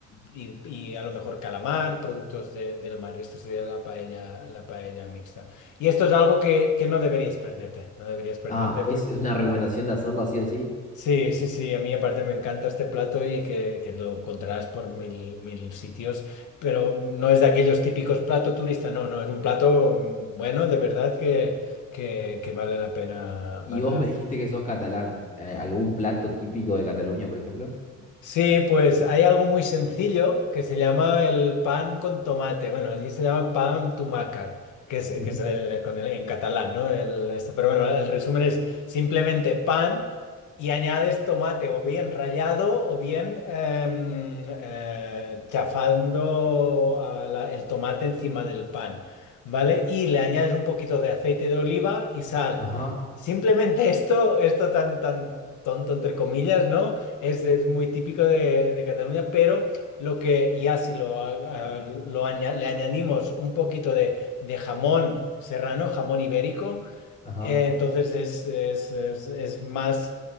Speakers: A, on the left; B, on the left.
A: y, y a lo mejor calamar, productos de- del mar. Y esto sería la paella, la paella mixta. Y esto es algo que, que no deberías perderte. No deberías perderte
B: Ah, es, es una recomendación de hacerlo así o sí.
A: Sí, sí, sí, a mí aparte me encanta este plato y que, que lo encontrarás por mil, mil sitios, pero no es de aquellos típicos plato turista, no, no, es un plato mm, bueno, de verdad que, que, que vale la pena,
B: Y
A: vale
B: vos
A: la
B: me dijiste que sos catalán. Eh, ¿Algún plato típico de Cataluña, por ejemplo?
A: Sí, pues hay algo muy sencillo que se llama el pan con tomate. Bueno, allí se llama pan tumaca, que es, que
B: Ujú.
A: es el- con el- en catalán, ¿no? El- esto, pero bueno, el resumen es simplemente pan y añades tomate o bien rallado o bien em, eh, chafando a la- el tomate encima del pan, ¿vale? Y le añades un poquito de aceite de oliva y sal.
B: Ajá,
A: Simplemente <laughs> esto, esto tan, tan tonto entre comillas, ¿no? Es, es muy típico de, de Cataluña, pero lo que ya si lo, a- a- lo aña- le añadimos un poquito de, de jamón serrano, jamón ibérico,
B: ajá,
A: eh, entonces es, es- es- es más,